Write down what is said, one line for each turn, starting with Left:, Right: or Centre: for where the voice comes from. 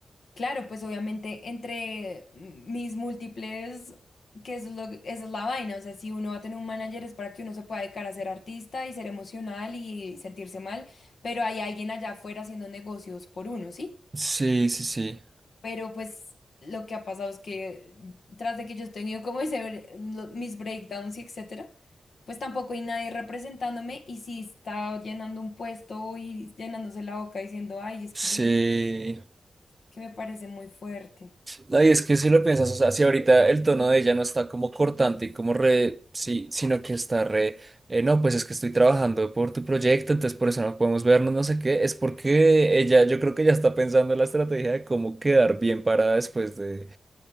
Left: claro, pues obviamente entre mis múltiples, que eso es lo, que- esa es la vaina, o sea, si uno va a tener un manager es para que uno se pueda dedicar a ser artista y ser emocional y sentirse mal, pero hay alguien allá afuera haciendo negocios por uno, ¿sí?
Right: sí, sí, sí,
Left: Pero pues lo que ha pasado es que tras de que yo he tenido como ese, bre- lo- mis breakdowns y etcétera, pues tampoco hay nadie representándome y si está llenando un puesto y llenándose la boca diciendo, ay, es que
Right: sí.
Left: yo, que me parece muy fuerte.
Right: No, y es que si lo piensas, o sea, si ahorita el tono de ella no está como cortante y como re, sí, sino que está re, eh, no, pues es que estoy trabajando por tu proyecto, entonces por eso no podemos vernos, no sé qué, es porque ella, yo creo que ya está pensando en la estrategia de cómo quedar bien parada después de,